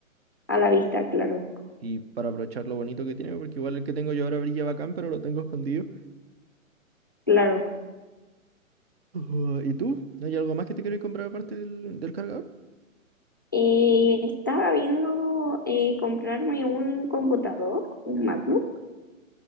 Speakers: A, on the left; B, on the right.
A: A la vista, claro,
B: Y para aprovechar lo bonito que tiene, porque igual el que tengo yo ahora brilla bacán, pero lo tengo escondido.
A: claro.
B: <gasps> Ujú, ¿y tú? ¿Hay algo más que te quieres comprar aparte del, del cargador?
A: Eh, estaba viendo eh, comprarme un computador, un MacBook,